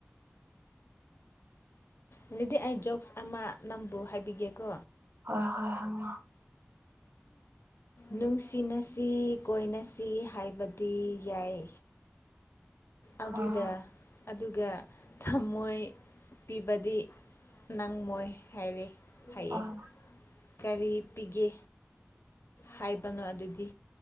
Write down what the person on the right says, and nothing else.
ꯍꯣꯏ ꯍꯣꯏ ꯍꯪꯉꯣ
ꯍꯣꯏ
ꯍꯣꯏ